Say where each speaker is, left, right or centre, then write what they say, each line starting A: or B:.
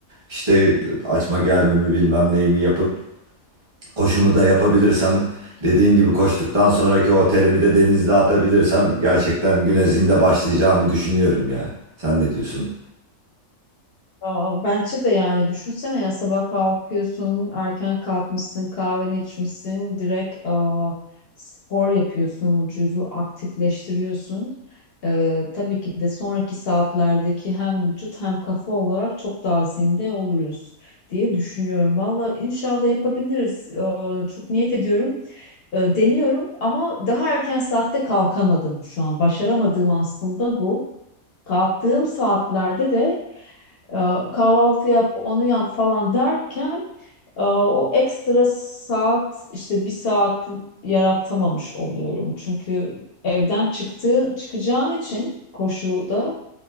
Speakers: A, on the right; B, on the left.
A: işte açma gelmemi bilmem neyimi yapıp koşumu da yapabilirsem dediğin gibi koştuktan sonraki o terimi de denizde atabilirsem gerçekten güne zinde başlayacağımı düşünüyorum ya. Sen ne diyorsun?
B: Aa, bence de yani düşünsene ya sabah kalkıyorsun, erken kalkmışsın, kahveni içmişsin, direkt aa, spor yapıyorsun, vücudu aktifleştiriyorsun. Ee, tabii ki de sonraki saatlerdeki hem vücut hem kafa olarak çok daha zinde oluruz diye düşünüyorum. Valla inşallah yapabiliriz. Ee, çok niyet ediyorum. Ee, deniyorum ama daha erken saatte kalkamadım şu an. Başaramadığım aslında bu. Kalktığım saatlerde de e, kahvaltı yap, onu yap falan derken e, o ekstra saat işte bir saat yaratamamış oluyorum. Çünkü evden çıktığı çıkacağın için koşuda